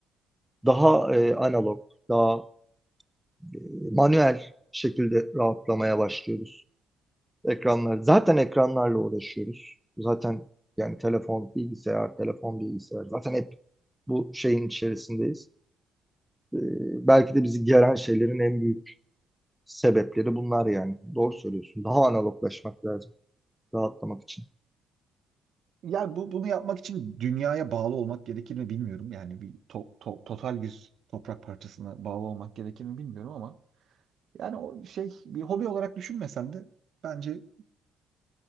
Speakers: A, in the centre; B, on the right.
A: Daha e, analog, daha e, manuel şekilde rahatlamaya başlıyoruz. Ekranlar. Zaten ekranlarla uğraşıyoruz. Zaten yani telefon, bilgisayar, telefon, bilgisayar. Zaten hep bu şeyin içerisindeyiz. Ee, belki de bizi geren şeylerin en büyük sebepleri bunlar yani. Doğru söylüyorsun. Daha analoglaşmak lazım rahatlamak için.
B: Yani bu, bunu yapmak için dünyaya bağlı olmak gerekir mi bilmiyorum. Yani bir to- to- total bir toprak parçasına bağlı olmak gerekir mi bilmiyorum ama yani o şey bir hobi olarak düşünmesen de bence